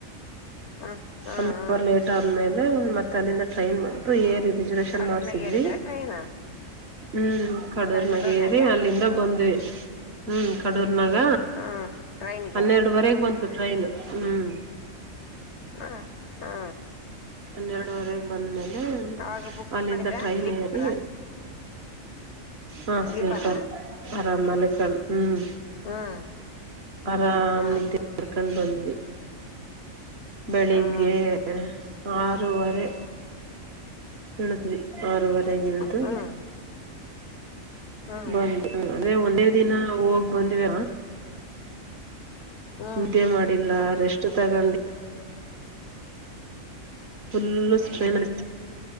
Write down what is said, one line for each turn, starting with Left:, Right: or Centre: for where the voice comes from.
Left: ಹ್ಮ್ ಹ್ಮ್
Right: ಒನ್
Left: ಹ್ಮ್
Right: ಅವರ್ ಲೇಟ್ ಆದ್ಮೇಲೆ ಮತ್ತೆ ಅಲ್ಲಿಂದ ಟ್ರೈನ್ ಬಂತು ಏ ರೆಜುರೇಷನ್
Left: ಕಡೂರ್ನಾಗ
Right: ಮಾಡ್ಸಿದ್ವಿ
Left: ಏರಿದ್ರ ಟ್ರೈನ್
Right: ಹ್ಮ್ ಕಡೂರ್ನಾಗಏರಿ
Left: ಕಡೂರ್ನಾಗ
Right: ಅಲ್ಲಿಂದ ಬಂದ್ವಿ ಹ್ಮ್ ಕಡೂರ್ ನನಾಗ
Left: ಹ್ಮ್ ಟ್ರೈನ್ಗೆ
Right: ಹನ್ನೆರಡುುವರೆಗ್ ಬಂತು ಟ್ರೈನ್ ಹ್ಮ್
Left: ಹ್ಮ ಹ್ಮ
Right: ಹನ್ನೆರಡುವರೆಗೆ ಬಂದ್ಮೇಲೆ
Left: ಅವಾಗ ಬುಕ್
Right: ಅಲ್ಲಿಂದ
Left: ಮಾಡಿದ್ರ
Right: ಟ್ರೈನ್
Left: ಸ್ಲೀಪರ
Right: ತ್ತ ಹ ಹಾ
Left: ಸ್ಲೀಪರ
Right: ಸ್ಲೀಪರ್ ಆರಾಮಲೆ ಕ ಹ್ಮ್
Left: ಹ್ಮ್
Right: ಆರಾಮ್
Left: ಹ್ಮ್
Right: ನಿದ್ದೆ ಕರ್ಕಂಡ್ ಬಂದ್ವಿ ಬೆಳಿಗ್ಗೆ
Left: ಹ್ಮ್
Right: ಆರೂವರೆ ಹೇಳಿದ್ವಿ ಆರೂವರೆ ಎಳದು
Left: ಹ್ಮ್ ಹ್ಮ್ ಹ್ಮ್
Right: ಬಂದ ಅಂದ್ರೆ ಒಂದೇ ದಿನ ಹೋಗ್ ಬಂದ್ವಿ
Left: ಹ್ಮ್
Right: ಇದೇ ಮಾಡಿಲ್ಲ ರೆಷ್ಟ ಷ್ಟ ತಗೊಂಡು ಫುಲ್ಲ ಸ್ಟ್ರೈನ್ಲ್ಲಿ